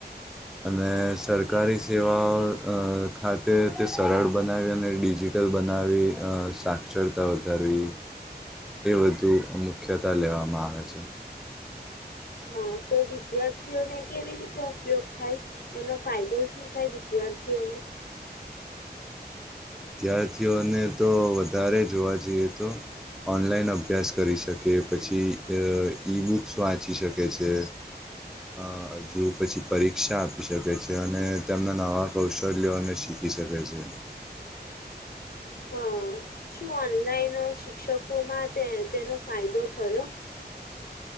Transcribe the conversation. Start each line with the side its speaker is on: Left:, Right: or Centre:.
Centre: અને સરકારી સેવાઓ ખાતે તે સરળ બનાવી અને ડીજી હોટેલ બનાવી સાક્ષરતા ધરવી એ વધુ મુખ્યતા લેવામાં આવે છે.
Left: હા તો વિદ્યાર્થીઓને કેવી રીતે ઉપયોગ થાય એનો ફાયદો શું થાય વિદ્યાર્થીઓને
Centre: વિદ્યાર્થીઓને તો વધારે જોવા જઈએ તો ઓનલાઈન અભ્યાસ કરી શકે પછી ઈ બુક્સ વાંચી શકે છે. અ હજુ પછી પરીક્ષા આપી શકે છે અને તેમના નવા કૌશલ્યોને શીખ ખી શકે છે.
Left: હા શું ઓનલાઈન શિક્ષકોમાં તે તેનો ફાયદો થયો?